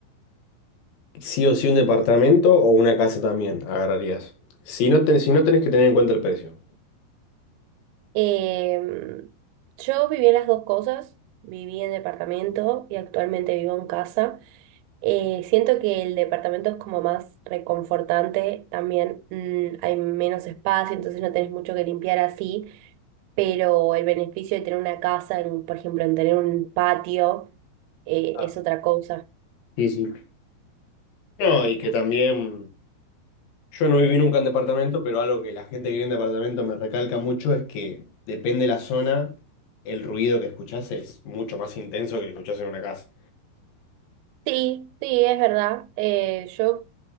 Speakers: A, on the left (about 85°); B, on the right (about 85°).
A: sí o sí un departamento o una casa también agarrarías. Si no, ten- si no tenés que tener en cuenta el precio.
B: Em, yo viví en las dos cosas, viví en departamento y actualmente vivo en casa. Eh, siento que el departamento es como más reconfortante, también mm, hay menos espacio, entonces no tenés mucho que limpiar así, pero el beneficio de tener una casa, en- por ejemplo, en tener un patio, eh,
A: Claro.
B: es otra cosa.
A: Sí, sí. No, y que también yo no viví nunca en departamento, pero algo que la gente que vive en departamento me recalca mucho es que depende de la zona, el ruido que escuchás es mucho más intenso que el que escuchás en una casa.
B: Sí, sí, es verdad. Eh, yo